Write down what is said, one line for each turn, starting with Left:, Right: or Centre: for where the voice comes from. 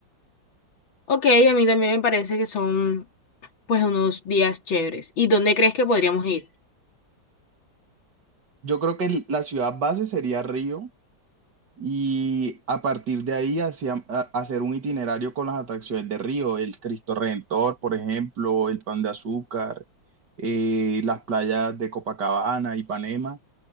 Left: Ok, a mí también me parece que son pues unos días chéveres. ¿Y dónde crees que podríamos ir?
Right: Yo creo que el- la ciudad base sería Río y a partir de ahí hacia- a- hacer un itinerario con las atracciones de Río, el Cristo Redentor, por ejemplo, el Pan de Azúcar, eh, las playas de Copacabana, Ipanema.